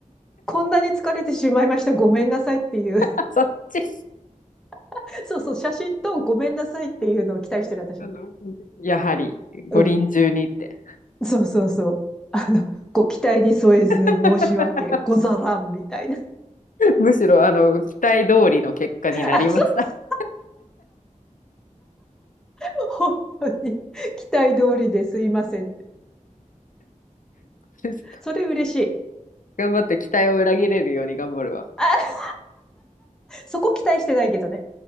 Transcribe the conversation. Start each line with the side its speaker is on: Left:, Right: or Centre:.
Centre: こんなに疲れてしまいました。ごめんなさいっていう。
Left: あ、そっち。
Centre: <laughs> そうそう、写真とごめんなさいっていうのを期待してる私。
Left: あの、やはり五輪中にって。
Centre: うん。そうそうそう。あの、ご期待に添えず申し訳ござらんみたいな。
Left: <laughs> むしろあの期待通りの結果になりました。
Centre: あ、そう
Left: <laughs>
Centre: そう、本当に。期待通りですいません。
Left: ちょっと
Centre: それ嬉しい。
Left: 頑張って期待を裏切れるように頑張るわ。
Centre: あ、そこ期待してないけどね。